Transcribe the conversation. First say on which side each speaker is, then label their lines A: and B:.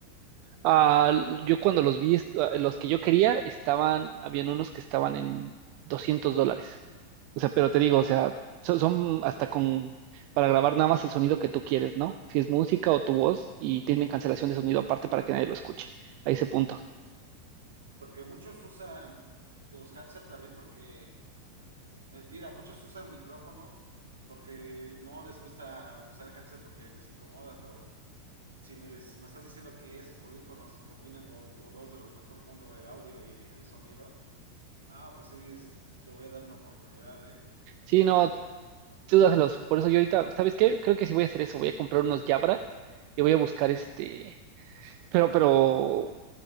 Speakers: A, on the right; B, on the right.
A: Ah, yo cuando los vi, est- ah, los que yo quería, estaban, habían unos que estaban en 200 dólares. O sea, pero te digo, o sea, so- son, hasta con, para grabar nada más el sonido que tú quieres, ¿no? Si es música o tu voz y tienen cancelación de sonido aparte para que nadie lo escuche. A ese punto.
B: Porque muchos usan los headset también porque, mentira, muchos usan micrófono porque no les gusta usar headset porque les incomoda, pero si me, si me estás diciendo que esos audífonos combinan lo- los dos de los mejor mundo del audio y el sonido. Ah, pues sí, es- le voy a dar una oportunidad, ¿eh?
A: Sí, no, tú dáselos. Por eso yo ahorita, ¿sabes qué? Creo que sí voy a hacer eso. Voy a comprar unos Jabra y voy a buscar este, pero, pero,